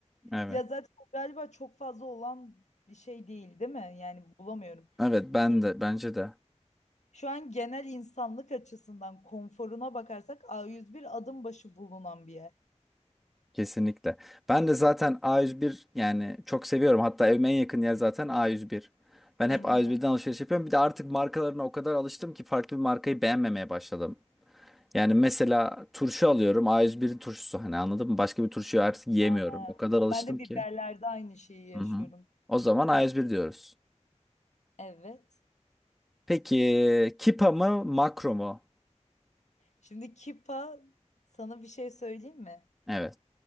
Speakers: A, in the centre; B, on the left.
A: Evet.
B: Ya zaten o galiba çok fazla olan bir şey değil, değil mi? Yani bulamıyorum.
A: Evet ben
B: Ya
A: de bence de.
B: Şu an genel insanlık açısından konforuna bakarsak A101 adım başı bulunan bir yer.
A: Kesinlikle. Ben de zaten A101 yani çok seviyorum. Hatta evime en yakın yer zaten A101. Ben
B: Benim
A: hep A101'den
B: de.
A: alışveriş yapıyorum. Bir de artık markalarına o kadar alıştım ki farklı bir markayı beğenmemeye başladım. Yani mesela turşu alıyorum. A101'in turşusu hani anladın mı? Başka bir turşuyu artık yiyemiyorum.
B: Ha.
A: O kadar alıştım
B: Ben de biberlerde
A: ki.
B: aynı şeyi yaşıyorum.
A: Hı hı. O zaman A101 diyoruz.
B: Evet.
A: Peki Kipa mı Makro mu?
B: Şimdi Kipa sana bir şey söyleyeyim mi?
A: Evet.